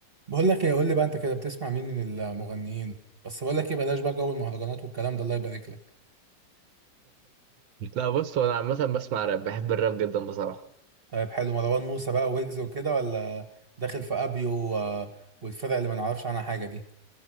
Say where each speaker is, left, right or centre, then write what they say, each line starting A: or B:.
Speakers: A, on the right (about 30°); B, on the right (about 85°).
A: بقول لك ايه قول لي بقى انت كده بتسمع مين من المغنيين بس بقول لك ايه بلاش بقى جو المهرجانات والكلام ده الله يبارك لك
B: لا بص هو انا عامه بسمع راب بحب الراب جدا بصراحه
A: طيب حلو مروان موسى بقى ويجز وكده ولا داخل في ابيو و- والفرق اللي ما نعرفش عنها حاجه دي